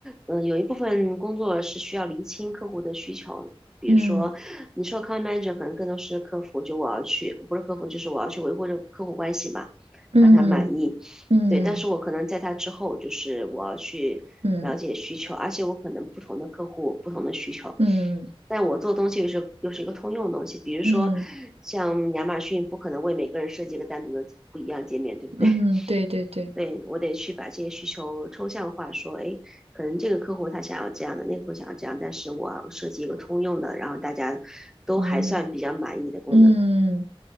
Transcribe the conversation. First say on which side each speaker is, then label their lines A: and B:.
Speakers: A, in the centre; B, on the right (about 85°).
A: 嗯，有一部分工作是需要厘清客户的需求。比如说，
B: 嗯
A: 你说 account manager 可能更多是客服，就我要去，不是客服，就是我要去维护这个客户关系嘛，
B: 嗯
A: 让他满意。
B: 嗯嗯。
A: 对，但是我可能在他之后，
B: 嗯
A: 就是我要去了解需求，
B: 嗯
A: 而且我可能不同的客户不同的需求，
B: 嗯
A: 但我做东西又是又是一个通用的东西。比如说，
B: 嗯
A: 像亚马逊不可能为每个人设计一个单独的不一样界面，对不对？
B: 嗯，对对对，
A: 对，我得去把这些需求抽象化，说，哎，可能这个客户他想要这样的，那个客户想要这样，但是我要设计一个通用的，然后大家都还算比较满意的功能。
B: 嗯嗯，